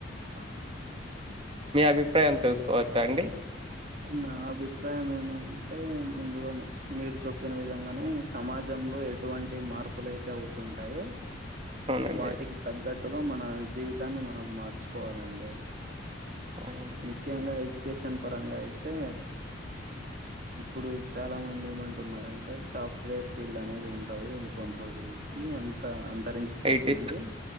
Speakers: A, on the right (about 45°); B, on the right (about 30°).
A: ఆహా
B: మీ అభిప్రాయం తెలుసుకోవచ్చా అండి
A: నా అభిప్రాయం ఏమ్ అంటే ముందుగా మీరు చెప్పిన విధంగానే సమాజంలో ఎటువంటి మార్పులు అయితే అవుతుంటాయో
B: అవునండి
A: వాటికి తగ్గట్టుగా మన జీవితాన్ని మనం మార్చుకు కోవాలండి
B: అవునండి
A: ముఖ్యంగా హెజ కేషన్ పరంగా అయితే ఇప్పుడు చాలా మంది ఏమంటున్నారుంటే సాఫ్ట్వేర్ ఫీల్డ్ అనేది ఉంటదు ఇంకొన్ని రోజులకి అంత అ తరించిపోతుంది
B: ఐటీ